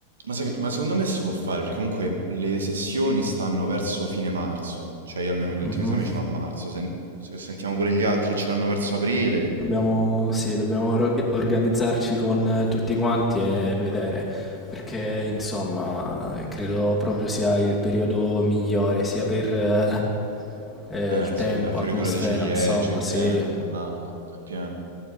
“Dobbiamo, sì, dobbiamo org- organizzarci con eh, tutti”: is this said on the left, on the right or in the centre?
Centre